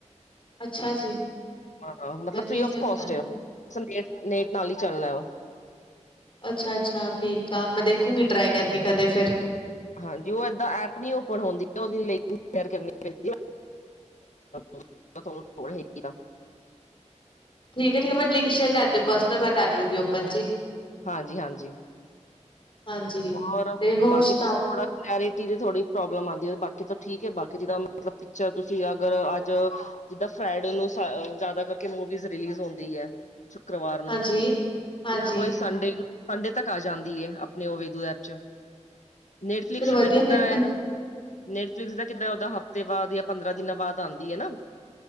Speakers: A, on the left; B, on the left.
A: ਅੱਛਾ ਜੀ।
B: ਹਾਂ, ਮਤਲਬ
A: ਵਧੀਆ
B: ਫਰੀ ਆਫ
A: ਫਿਰ
B: ਕੋਸਟ
A: ਤਾਂ
B: ਹੈ, ਨੇਟ ਨਾਲ ਹੀ ਚੱਲਣਾ ਉਹ।
A: ਅੱਛਾ- ਅੱਛਾ, ਠੀਕ ਆ, ਮੈਂ ਦੇਖੂੰਗੀ ਟਰਾਈ ਕਰਕੇ ਕਦੇ ਫਿਰ।
B: ਹਾਂਜੀ, ਉਹ ਏਦਾਂ ਐਪ ਨ ਓਪਨ ਹੁੰਦੀ ਉਹਦੀ ਲਕਰ ਕਰਨੀ ਪੈਂਦੀ। <unintelligible> ਤੁਹਾਨੂੰ ਹੈਗੀ ਆ।
A: ਠੀਕ ਹੈ ਠੀਕ ਮੈਂ ਲਿੰਕ ਸੇਅਰ ਕਰ ਦਿਓ ਪਰਸਨਲ, ਮੈਂ ਕਰ ਲੂੰਗੀ ਓਪਨ ਜੀ।
B: ਹਾਂਜੀ- ਹਾਂਜੀ।
A: ਹਾਂਜੀ
B: ਘੁੰਮਣ,
A: ਤੇ ਹੋਰ
B: ਬਾਕੀ
A: ਸੁਣਾਓ
B: ਦਾ ਸ ਬੜਾ। ਰੇਟੀ ਦੀ ਥੋੜੀ ਪ੍ਰੋਬਲਮ ਆਉਂਦੀ, ਬਾਕੀ ਤੋਂ ਠੀਕ ਹੈ ਬਾਕੀ ਜੀਦਾਂ ਮਤਲਬ। ਪੁਛਿਆ, ਤੁਸੀਂ ਅਗਰ ਅੱਜ। ਜਿਦਾਂ ਫਰਾਈ ਡੇ ਨੂੰ, ਜ਼ਿਆਦਾ ਕਰਕੇ ਮੂਵੀਜ਼ ਰਿਲੀਜ਼ ਹੁੰਦੀ ਹੈ। ਸ਼ੁੱਕਰਵਾਰ ਨੂੰ,
A: ਹਾਂਜੀ ਹਾਂਜੀ
B: ਕੋਈ ਸੰਡੇ ਨੂੰ। ਹਡੇ ਤੱਕ ਆ ਜਾਂਦੀ ਹੈ ਆਪਣੇ ਵਦੂ ਐਪ 'ਚ, ਨੈਟਫਲਿਕਸ
A: ਚਲੋ ਵਧੀਆ
B: ਦਾ ਕਿੱਦਾਂ
A: ਫਿਰ ਤਾਂ
B: ਆ। ਨੈਟਫਲਿਕਸ ਦਾ ਕਿੱਦਾਂ ਉਹਦਾ ਹਫ਼ਤੇ ਬਾਅਦ ਜਾਂ ਪੰਦਰਾਂ ਦਿਨਾਂ ਬਾਅਦ ਆਉਂਦੀ ਹੈ ਨਾ।